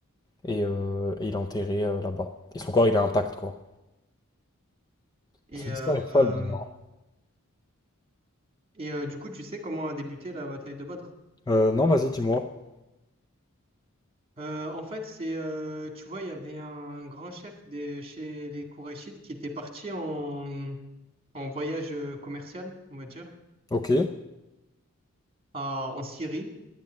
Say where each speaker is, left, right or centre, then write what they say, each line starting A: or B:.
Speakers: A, on the left; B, on the right.
A: et, euh, et il est enterré euh, là-bas. Et son corps, il est intact, quoi.
B: et
A: Son
B: euh,
A: histoire est
B: euh,
A: folle d'ailleurs.
B: et euh, du coup tu sais comment a débuté la bataille de Badr
A: Euh, non, vas-y, dis-moi.
B: Euh, en fait, c'est euh, tu vois, il y avait un grand chef des, chez les Qurayshites qui était parti en, en voyage euh, commercial, on va dire,
A: Ok,
B: à- en Syrie.